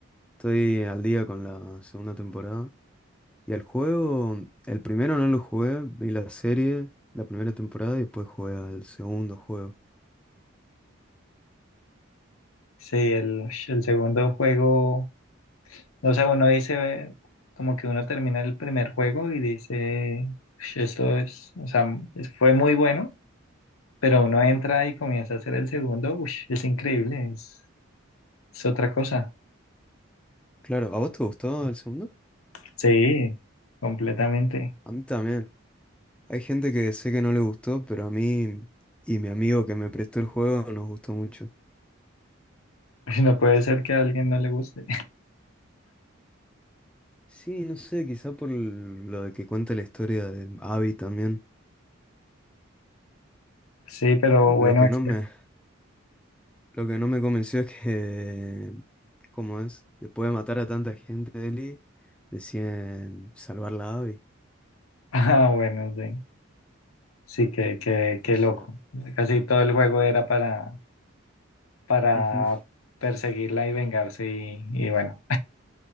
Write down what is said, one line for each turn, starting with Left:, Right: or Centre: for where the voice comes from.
Centre: estoy al día con la segunda temporada. Y el juego, el primero no lo jugué, vi la serie, la primera temporada y después jugué al segundo juego.
Left: Sí, el, el segundo juego, o sea, uno dice, como que uno termina el primer juego y dice, "Ush, esto es, o sea, es- fue muy bueno, pero uno entra y comienza a hacer el segundo, ush, es increíble, es, es otra cosa.
Centre: Claro, ¿a vos te gustó el segundo?
Left: Sí, completamente.
Centre: A mí también. Hay gente que sé que no le gustó, pero a mí y mi amigo que me prestó el juego nos gustó mucho.
Left: <laughs> No puede ser que a alguien no le guste.
Centre: Sí, no sé, quizá por lo de que cuenta la historia de Abby también.
Left: Sí, pero
Centre: Lo
Left: bueno.
Centre: que
Left: este
Centre: no me, lo que no me convenció es que, ¿cómo es? Después de matar a tanta gente, Ellie, deciden salvarla a Abby.
Left: <laughs> Ah, bueno, sí. Sí, qué, qué, qué
Centre: O sea,
Left: loco. Casi todo el juego era para, para
Centre: ujú.
Left: perseguirla y vengarse y, y bueno,